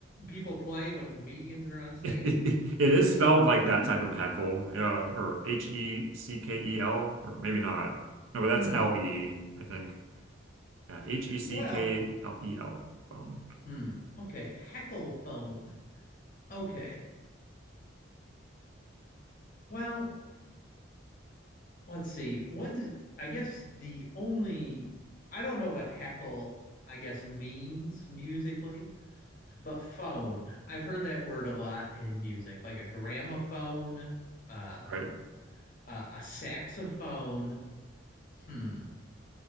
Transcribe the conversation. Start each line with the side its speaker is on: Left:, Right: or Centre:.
Left: people play when comedians are on
Right: <laughs>
Left: stage?
Right: It
Left: Jeez.
Right: is spelled like
Left: <laughs>
Right: that type of heckle, yeah, or H E C K E L, or maybe not. No, but that's
Left: hmm
Right: L E, I think. Yeah, H E C
Left: Well,
Right: K E L E L, phone.
Left: hmm. Okay. Heckle phone. Okay. Well, Let's see. What d- I guess the only I don't know what heckle I guess means musically, but phone. I've heard that word a lot in music, like a gramophone, um,
Right: Right.
Left: uh, a saxophone. Hmm.